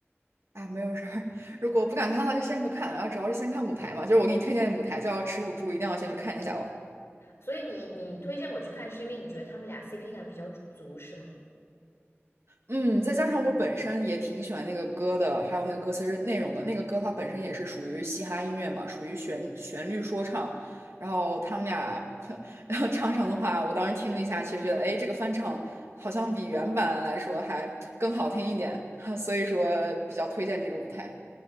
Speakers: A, on the right; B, on the left.
A: 啊，没有事儿。如果不敢看的话，就先不看。然后主要是先看舞台嘛，就是我给你推荐的舞台叫《耻辱柱》，一定要先去看一下哦。
B: 所以你你推荐我去看，是因为你觉得他们俩 CP 感比较足是吗？
A: 嗯，再加上我本身也挺喜欢那个歌的，还有那个歌词内容的。那个歌它本身也是属于嘻哈音乐嘛，属于旋旋律说唱。然后他们俩 <laughs> 然后唱上的话，我当时听了一下，其实觉得，哎，这个翻唱好像比原版来说还更好听一点，<laughs> 所以说比较推荐这个舞台。